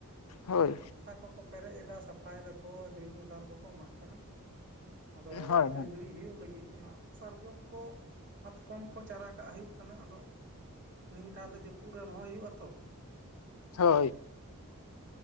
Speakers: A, on the left (about 75°); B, on the right (about 55°).
A: ᱦᱳᱭ
B: ᱚᱱᱟ ᱦᱟᱥᱟ ᱠᱚᱠᱚ ᱯᱮᱨᱮᱡ ᱮᱫᱟ ᱥᱟᱯᱷᱟᱭ ᱮᱫᱟᱠᱚ ᱡᱳᱭ ᱥᱟᱨ ᱠᱚᱠᱚ ᱮᱢᱟᱜ ᱠᱟᱱᱟ, ᱟᱫᱚ
A: ᱦᱳᱭ
B: ᱤᱛᱟᱹ ᱜᱤᱲᱤ ᱦᱩᱭᱩᱜ ᱞᱟᱹᱜᱤ ᱚᱱᱟ ᱥᱟᱨᱡᱚᱢ ᱠᱚ ᱢᱟᱛᱠᱚᱢ ᱠᱚ ᱪᱟᱨᱟ ᱠᱟᱜ ᱦᱩᱭᱩᱜ ᱠᱟᱱᱟ, ᱟᱫᱚ ᱱᱤᱭᱟᱹ ᱫᱷᱟᱹᱣ ᱫᱚ ᱡᱟᱹᱯᱩᱫ ᱨᱮ ᱨᱚᱦᱚᱭ ᱦᱩᱭᱩᱜᱼᱟ ᱛᱚ
A: ᱦᱳᱭ ᱾